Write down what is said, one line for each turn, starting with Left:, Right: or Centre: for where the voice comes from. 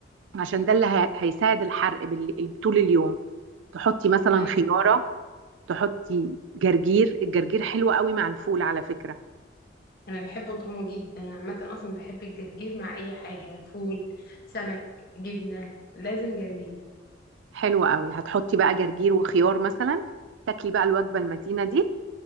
Right: عشان ده اللي ه- هيساعد الحرق بال- طول اليوم تحطي مثلا
Left: ايوه
Right: خيارة تحطي جرجير الجرجير حلو قوي مع الفول على فكرة
Left: انا بحبه طعمه جدا انا عامه اصلا بحب الجرجير مع اي حاجه فول سمك جبنه لازم جرجير
Right: حلو قوي هتحطي بقى جرجير وخيار مثلا تاكلي بقى الوجبة المتينة دي